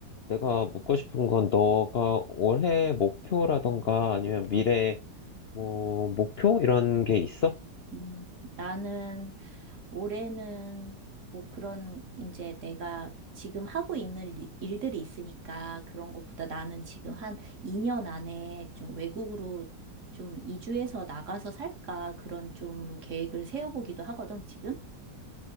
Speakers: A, on the left; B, on the right.
A: 내가 묻고 싶은 건 너가 올해 목표라던가 아니면 미래 뭐 목표 이런 게 있어?
B: 음, 나는 올해는 뭐 그런 이제 내가 지금 하고 있는 일- 일들이 있으니까 그런 것보다 나는 지금 한 2년 안에 좀 외국으로 좀 이주해서 나가서 살까 그런 좀 계획을 세워보기도 하거든, 지금.